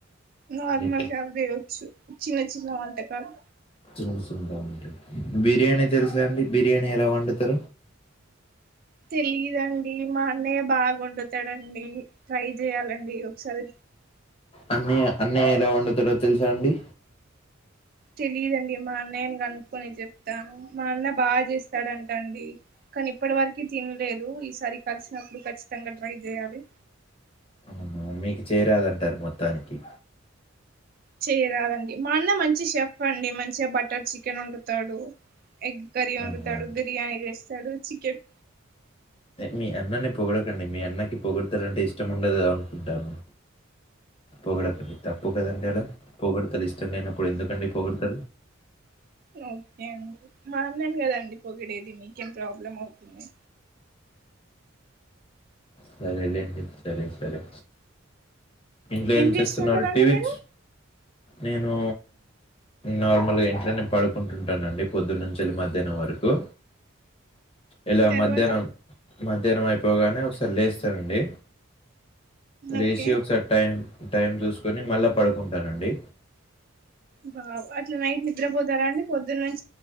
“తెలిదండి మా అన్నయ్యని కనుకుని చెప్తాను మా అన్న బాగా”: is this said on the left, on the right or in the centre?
Right